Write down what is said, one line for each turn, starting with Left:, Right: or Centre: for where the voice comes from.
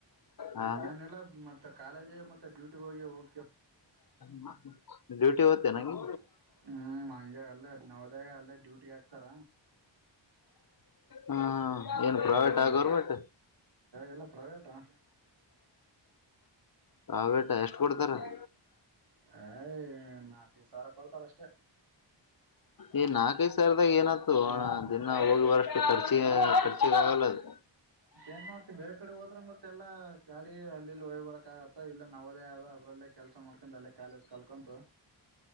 Left: ಹಾ
Right: ನೀನ್ಲ್ಲ ಮತ್ತೆ ಕಾಲೇಜ್ ಮತ್ತೆ ಡ್ಯೂಟಿ ಹೋಗಿ ಹೋಗ
Left: <inaudible> ಡೂಟಿ ಓತ್ತೆ ನನಗೆ
Right: ಹ್ಮ್ ಹಂಗೆ ಅಲ್ಲೇ ನವದಾಗ ಅಲ್ಲೇ ಡ್ಯೂಟಿ ಹಾಕ್ತಾರ
Left: ಹಾ ಏನು
Right: ಹ್ಮ್
Left: ಪ್ರೈವಟ್ ಆ ಗೌರ್ಮೆಂಟ್
Right: ಇಲ್ಲ ಪ್ರೈವೇಟಾ
Left: ಹ ಬೇಟಾ ಎಷ್ಟ್ ಕೊಡ್ತಾರ ತರ <inaudible>
Right: ಹ ಯ್ ನಾಲ್ಕು ಐದ್ ಸಾವಿರ ಕೊಡ್ತಾರ ಅಷ್ಟೇ
Left: ಈ ನಾಲ್ಕ್ ಐದ್ ಸಾವಿರದಾಗ ಏನತು ಅಣ ದಿನ ಅವಲ್ ವರ್ ಕರ್ಚಿ ಪರ್ಚಿ ಆಗಲ್ಲದು
Right: ಏನ್ ಮಾಡ್ತಿ ಬೇರೆ ಕಡೆ ಹೋದ್ರೆ ಮತ್ತೆಲ್ಲಾ ಗಾಡಿ ಅಲ್ಲಿಲ್ಲಿ ಹೋಗ್ ಬರಕ್ ಆಗತ್ತ ಇಲ್ಲ ನವೋದಯ ಆದೆ ಅದ್ರಲ್ಲೇ ಕೆಲ್ಸ ಮಾಡ್ಕಂಡು ಅಲ್ಲೇ ಕಾಲೇಜ್ ಕಲ್ಕಂತು